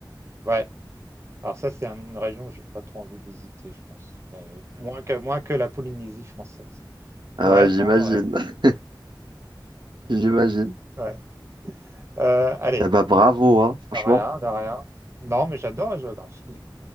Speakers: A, on the right (about 35°); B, on the right (about 75°).
A: ouais. Alors ça, c'est une région que j'ai pas trop envie de visiter, je pense. Mais, euh, moins que, moins que la Polynésie française.
B: Ah
A: Ouais,
B: ouais, j'imagine,
A: non, ouais,
B: <laughs> j'imagine.
A: ouais. Euh, allez,
B: Eh ben, bravo, hein, franchement.
A: de rien, de rien. Non, mais j'adore la géographie.